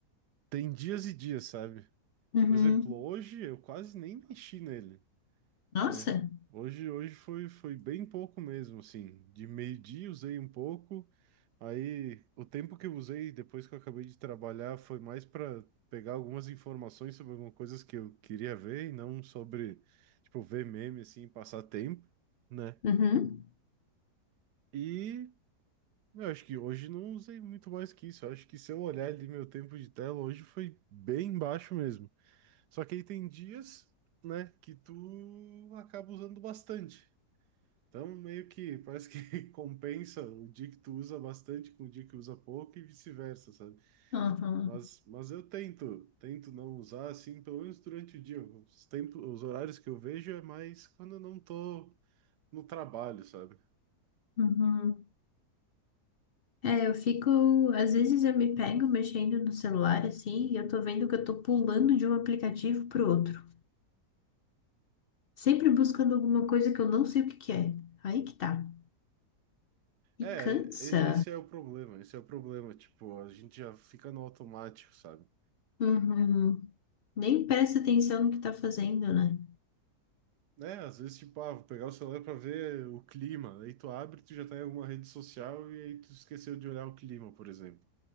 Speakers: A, on the right; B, on the left.
A: tem dias e dias, sabe?
B: Uhum,
A: Por exemplo, hoje eu quase nem mexi nele,
B: Nossa!
A: né? Hoje, hoje foi, foi bem pouco mesmo, assim. De meio-dia usei um pouco, aí o tempo que eu usei depois que eu acabei de trabalhar foi mais para pegar algumas informações sobre algumas coisas que eu queria ver e não sobre, tipo, ver meme, assim, e passar tempo, né?
B: uhum.
A: E Meu, acho que hoje não usei muito mais que isso. Eu acho que se eu olhar ali meu tempo de tela, hoje foi bem baixo mesmo. Só que aí tem dias, né, que tu acaba usando bastante. Então, meio que parece que <laughs> compensa o dia que tu usa bastante com o dia que usa pouco e vice-versa, sabe?
B: Aham,
A: Mas, mas eu tento, tento não usar assim, pelo menos durante o dia. Os tempos, os horários que eu vejo é mais quando eu não tô no trabalho, sabe?
B: uhum. É, eu fico. Às vezes eu me pego mexendo no celular assim e eu tô vendo que eu tô pulando de um aplicativo pro outro. Sempre buscando alguma coisa que eu não sei o que que é. Aí que tá.
A: É,
B: E cansa.
A: e- esse é o problema, esse é o problema, tipo, a gente já fica no automático, sabe?
B: Uhum. Nem presta atenção no que tá fazendo, né?
A: Né, às vezes, tipo, ah, vou pegar o celular pra ver o clima, aí tu abre, tu já tá em alguma rede social e aí tu esqueceu de olhar o clima, por exemplo.